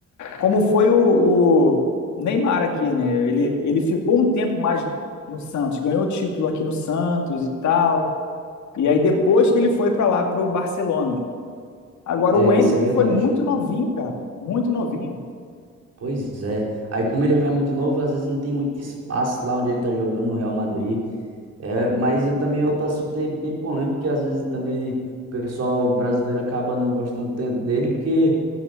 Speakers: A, on the left; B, on the right.
A: como foi o, o Neymar aqui, né? Ele, ele ficou um tempo mais no Santos, ganhou título aqui no Santos e tal. E aí depois que ele foi para lá para o Barcelona. Agora,
B: é,
A: o Endrick
B: isso é verdade.
A: foi muito novinho, cara. Muito novinho.
B: Pois é. Aí, como ele vai muito novo, às vezes não tem muito espaço lá onde ele tá jogando no Real Madrid. É, mas eu também outro assunto aí bem polêmico, que às vezes também ele- o pessoal brasileiro acaba não gostando tanto dele, porque